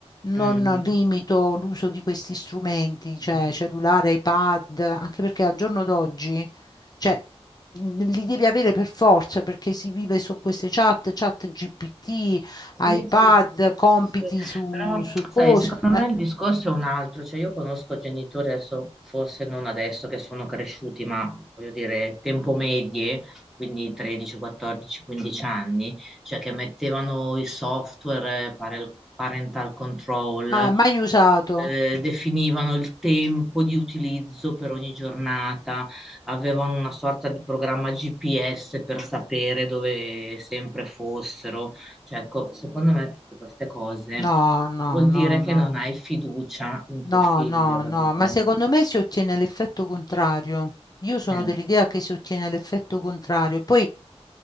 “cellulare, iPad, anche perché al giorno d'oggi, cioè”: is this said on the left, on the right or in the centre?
Left